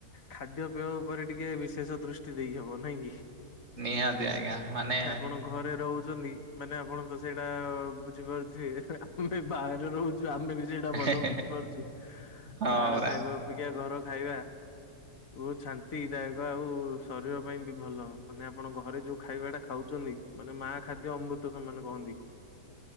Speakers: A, on the left (about 60°); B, on the right (about 45°).
A: ଖାଦ୍ୟ ପେୟ ଉପରେ ଟିକେ ବିଶେଷ ଦୃଷ୍ଟି ଦେଇ ହବ ନାଇହିଁ କି?
B: ନିହାତି ଆଜ୍ଞା ମାନେ
A: ଆପଣ ଘରେ ରହୁଛନ୍ତି ମାନେ ଆପଣ ତ ସେଇଟା ବୁଝିପାରୁଥିବେ ଆମେ ବାହାରେ ରହୁଛୁ ଆମେ ବି ସେଟା ଭଲ
B: ହେ ହେ
A: ବୁଝିପାରୁଛୁ
B: ହଁ
A: ବାହାର
B: ପରା
A: ଖାଇବା ଅପେକ୍ଷା ଘର ଖାଇବା। ବହୁତ ଶାନ୍ତି ଦାୟକ ଆଉ ଶରୀର ପାଇଁ ବି ଭଲ ମାନେ ଆପଣ ଘରେ ଯୋଉ ଖାଇବା ଟା ଖାଉଛନ୍ତି ମାନେ ମା ଖାଦ୍ୟ ଅମୃତ ସମାନ କହନ୍ତି।